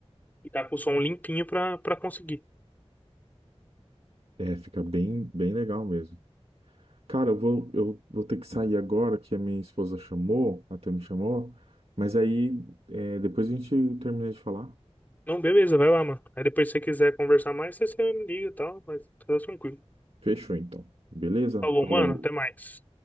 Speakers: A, on the left; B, on the right.
A: Ficar com o som limpinho pra, pra conseguir.
B: É, fica bem, bem legal mesmo. Cara, eu vou, eu vou ter que sair agora, que a minha esposa chamou, até me chamou, mas aí é, depois a gente termina de falar.
A: Não, beleza, vai lá, mano. Aí depois se você quiser conversar mais, você, você me liga e tal, mas tá tranquilo.
B: Fechou então. Beleza?
A: Falou,
B: Falou.
A: mano, até mais.